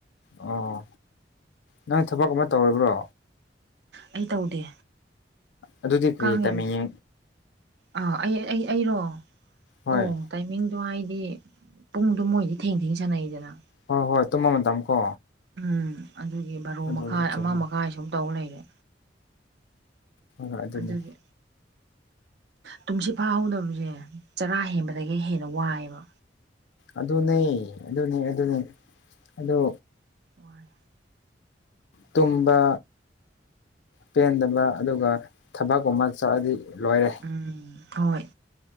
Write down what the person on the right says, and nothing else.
ꯑꯩ ꯇꯧꯗꯦ
ꯀꯥꯡ
ꯌꯥꯝ ꯑꯥ ꯑꯩ ꯑꯩ ꯑꯩꯔꯣ
ꯑꯣ ꯇꯥꯏꯃꯤꯡꯗꯣ ꯍꯥꯏꯗꯤ ꯄꯨꯡꯗꯨꯣ ꯃꯣꯏꯗꯤ ꯊꯦꯡ ꯊꯦꯡ ꯁꯥꯟꯅꯩꯗꯅ
ꯎꯝ ꯑꯗꯨꯒꯤ ꯕꯥꯔꯣ
ꯃꯈꯥꯏ
ꯑꯃ ꯃꯈꯥꯏ ꯁꯨꯝ ꯇꯧꯔ ꯂꯩꯔꯦ꯫
ꯑꯗꯨꯒꯤ ꯇꯨꯝꯁꯤꯠ ꯐꯥꯍꯧꯗꯕꯁꯦ ꯆꯔꯥ ꯍꯦꯟꯕꯗꯒꯤ ꯍꯦꯟꯅ ꯋꯥꯏꯑꯦꯕ꯫
ꯋꯥꯏ
ꯎꯝ ꯍꯣꯏ